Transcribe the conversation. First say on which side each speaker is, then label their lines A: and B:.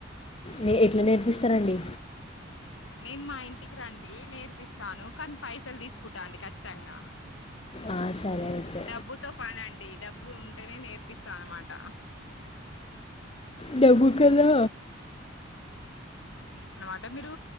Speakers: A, on the left; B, on the left.
A: న ఎట్లా నేర్పిస్తారంండి
B: నేను మా ఇంటికి రండి నేర్పిస్తాను కానీ పైసలు తీసుకుంటా అండి ఖచ్చితంగా
A: ఆ, సరే అయితే
B: డబ్బుతో పనండి డబ్బులు ఉంటేనే నేర్పిస్తా అన్నమాట
A: డబ్బు కదా
B: అంట మీరు